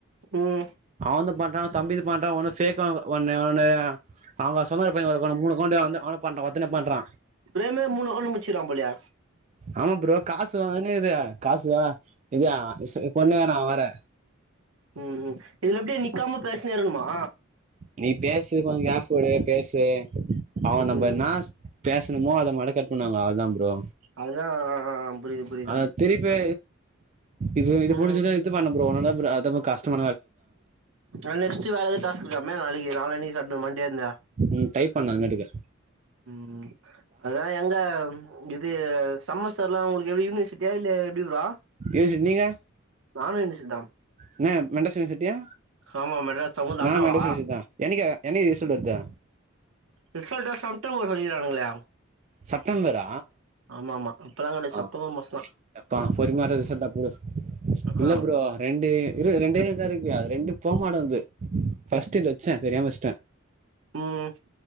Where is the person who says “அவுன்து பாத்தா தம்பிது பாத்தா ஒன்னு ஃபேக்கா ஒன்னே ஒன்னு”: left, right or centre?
Right